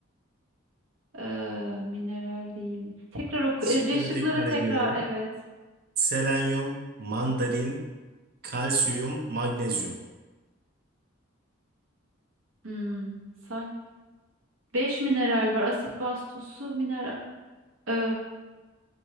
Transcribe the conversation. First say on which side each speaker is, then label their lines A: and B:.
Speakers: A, on the right; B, on the right.
A: Ee, mineral değil. Tekrar oku.
B: Şıkları
A: Ece şıkları
B: tekrar
A: tekrar.
B: ediyorum.
A: Evet.
B: Selenyum, mandarin, kalsiyum, magnezyum.
A: Hmm, sanki beş mineral var. Asit, baz, tuz, su, mineral. Ee,